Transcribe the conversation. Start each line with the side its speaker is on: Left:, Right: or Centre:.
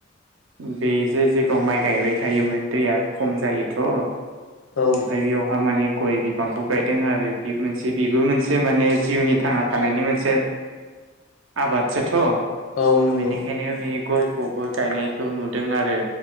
Right: बे जे जायगाव माइ गायबाय थायोमोन दैया खम जायोथ' ओमफ्राय
Left: औ
Right: बेयावहा माने गय बिफांखौ गायदों आरो बे मोनसे बेबो मोनसे माने जिउनि थांना थानायनि मोनसे आबादसोथ'
Left: औ नंगौ
Right: बेनिखायनो बे गयखौबो गायनायखौ नुदों आरो